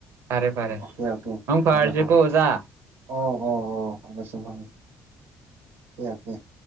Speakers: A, on the right; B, on the right.
A: ꯐꯔꯦ ꯐꯔꯦ
B: ꯑꯣꯀꯦ ꯑꯣꯀꯦ
A: ꯃꯪ ꯐꯥꯔꯁꯤ
B: ꯐꯔꯦ ꯐꯔꯦ
A: ꯀꯣ ꯑꯣꯖꯥ
B: ꯑꯣ ꯍꯣ ꯍꯣ ꯐꯥꯔꯁꯨ ꯑꯦ <unintelligible>